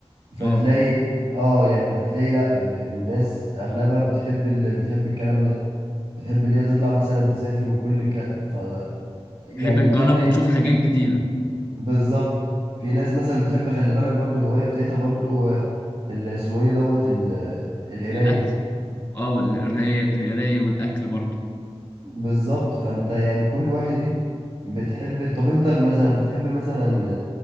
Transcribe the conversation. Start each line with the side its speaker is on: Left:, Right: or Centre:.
Right: فتلاقي
Left: اه
Right: اه يعني فتلاقي لا الناس اغلبها بتحب اللي بتحب الكلام ده بتحب اللي هي تطلع مثلا تسافر وكل الكلام ف يعني
Left: تحب تجرب
Right: بتبقى
Left: وتشوف
Right: ايه
Left: حاجات جديدة
Right: بالظبط في ناس مثلا بتحب خلي بالك برضو الهواية بتاعتها برضو اه، اللي اسمه ايه دوت ال- القراية
Left: الأكل اه القراية
Right: وال-
Left: القراية والأكل برضه
Right: بالظبط فانت يعني كل واحد ايه بتحب طب انت مثلا بتحب مثلا